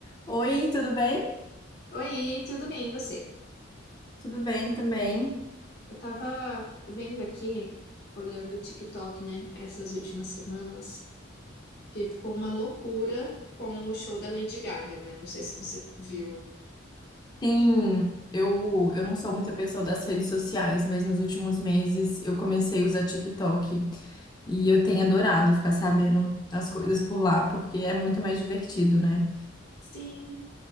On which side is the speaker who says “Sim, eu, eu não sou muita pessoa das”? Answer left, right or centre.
Left